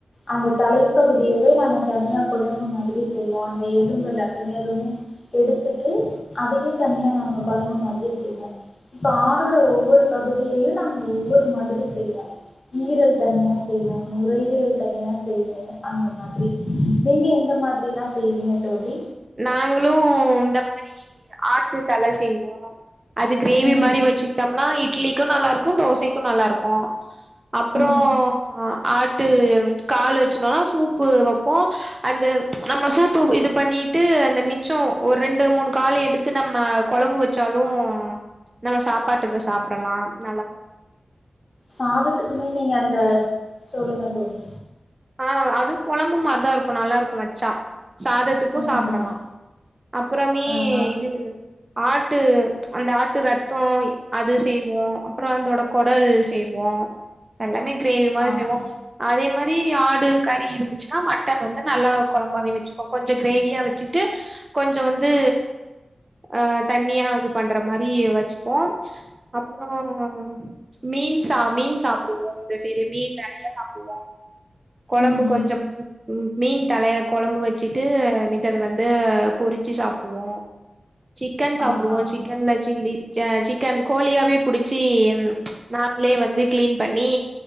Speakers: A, on the left; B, on the right.
A: அந்த
B: ம்
A: தலைப்பகுதியவே நாங்க தனியா கொழம்பு மாரி செய்வோ அந்த எலும்பெல்லதயுமே ரிமூவ் எடுத்துட்டு அதயே தனியா நாங்க கொழம்பு மாதிரி செய்வோ இப்ப ஆடோ ஒவ்வொரு பகுதியையு நாங்க ஒவ்வொரு மாதிரி செய்வோ ஈரல் தனியா
B: ஆ
A: செய்வோ நுரையீரல் தனியா செய்வோ அந்த மாதிரி நீங்க எந்த மாதிரில்லா செய்வீங்க தோழி
B: நாங்களு இந்த மாரி ஆட்டு தல செய்வோ அது கிரேவி
A: ம்
B: மாரி வச்சுக்கிட்டோம்னா இட்லிக்கு நல்லா இருக்கு தோசைக்கு நல்லா இருக்கு அப்புறோ
A: ம்
B: ஆ ஆட் டு கால் வச்சுட்டுனோனா சூப்பு வைப்போ அந்த நம்ம சூப்பு இது பண்ணி விட்டு அந்த மிச்சோ ஒரு ரெண்டு மூணு காலு எடுத்து நம்ம கொழம்பு வச்சாலு நம்ம சாப்பாட்டுக்கு சாப்பிடலா நல்லா
A: சாதத்துக்குமே நீங்க அந்த சொல்லுங்க தோழி
B: ஆ அது கொழம்பு மாரிதா இருக்கு நல்லா இருக்கு வச்சா சாதத் துக்கு
A: ம்
B: சாப்பிடலா
A: ம்
B: அப்புறமே
A: ஆஹா
B: இது ஆட்டு அந்த ஆட்டு ரத்த அது செய்வோ அப்பற அதோட குடல் செய்வோ எல்லாமே கிரேவி மாறி
A: ஆஹா
B: செய்வோ அதே மாறி ப்ரி ஆடு கறி இருந்துச்சுன்னா மட்டன் வந்து நல்லா குழம்பாவே வச்சுப்போ கொஞ்சோ கிரேவியா வச்சிட்டு கொஞ்சோ வந்து ஆ தண்ணியா இது பண்ற மாறி வச்சு போம் அப்பறோ ம் மீன் சா மீன் சாப்பிடுவோ இந்த சைடு மீன் நெறைய சாப்பிடுவோ குழம்பு
A: ம் ம்
B: கொஞ்சோம் மீன் தலையே குழம்பு வச்சுட்டு மித்தா வந்து பொறிச்சு சாப்பிடுவோ சிக்கன் சாப்பிடுவோ
A: ஆஹா
B: சிக்கன்ல சில்லி சிக்கன் கோழியாவே பிடிச்சு நாங்களே வந்து கிளீன் பண்ணி